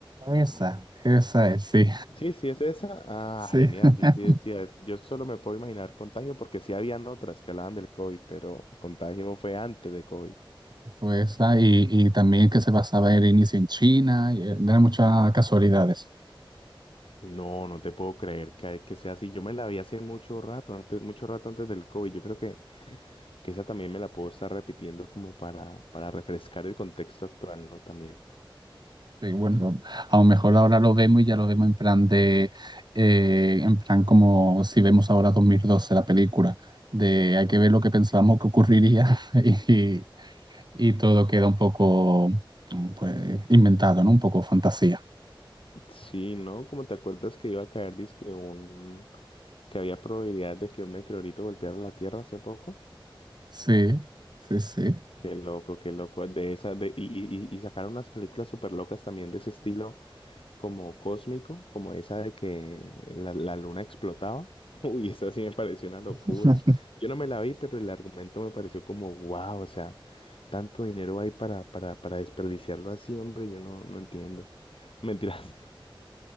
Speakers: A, on the left; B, on the right.
A: Mm,
B: Esa, esa es, sí,
A: Sí, sí, es esa. Ah,
B: sí.
A: genial.
B: <laughs>
A: Yo sí decía, es- yo solo me puedo imaginar Contagio porque sí habían otras que hablaban del COVID, pero Contagio fue antes de COVID.
B: Fue esa, y, y también que se basaba el inicio en China, y eran muchas casualidades.
A: No, no te puedo creer que, que sea así. Yo me la vi hace mucho rato, antes, mucho rato antes del COVID. Yo creo que que esa también me la puedo estar repitiendo como para, para refrescar el contexto actual, ¿no? También.
B: Sí, bueno, a lo mejor ahora lo vemos y ya lo vemos en plan de, eh, en plan como si vemos ahora 2012 la película, de hay que ver lo que pensábamos que ocurriría <laughs> y, y todo queda un poco pues, inventado, ¿no? Un poco fantasía.
A: Sí, ¿no? Como te acuerdas que iba a caer, dizque un, que había probabilidad de que un meteorito golpeara la Tierra hace poco.
B: Sí, sí, sí.
A: Qué loco, qué loco. De esas de, y, y, y y sacaron unas películas súper locas también de ese estilo. como cósmico, como esa de que la, la luna explotaba. <laughs> Uy, esa sí me pareció una locura.
B: <laughs>
A: Yo no me la vi, pero el argumento me pareció como, wow, o sea, tanto dinero hay para, para, para desperdiciarlo así, hombre, yo no, no entiendo. Mentiras,